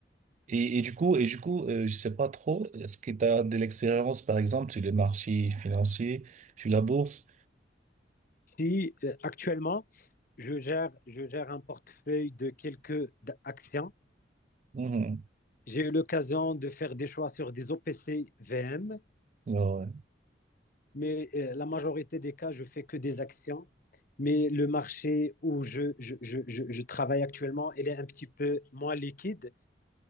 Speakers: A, on the right; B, on the left.
A: Et, et du coup, et du coup, euh, je sais pas trop, est-ce que tu as de l'expérience, par exemple, sur les marchés financiers, sur la bourse?
B: Si euh, actuellement, je gère, je gère un portefeuille de quelques d- actions
A: Mhm.
B: J'ai eu l'occasion de faire des choix sur des OPC VM,
A: Ouais. ouais.
B: mais euh, la majorité des cas, je fais que des actions. Mais le marché où je, je, je, je, je travaille actuellement, il est un petit peu moins liquide.